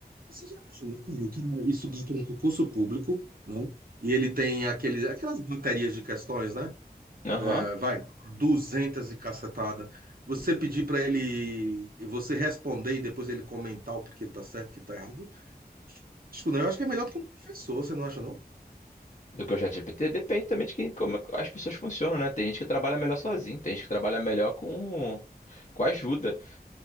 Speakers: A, on the right (about 60°); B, on the left (about 45°).
A: Você já imaginou, cara, que isso dá para um concurso público, né? E ele tem aquele, aquelas baterias de questões, né?
B: aham.
A: É, vai, 200 e cacetada. Você pedir para ele, você responder e depois ele comentar o porquê tá certo, o que tá errado. Acho que não, eu acho que é melhor para um professor, você não acha, não?
B: Do que o ChatGPT? Depende também de quem, como as pessoas funcionam, né? Tem gente que trabalha melhor sozinho, tem gente que trabalha melhor com, com ajuda.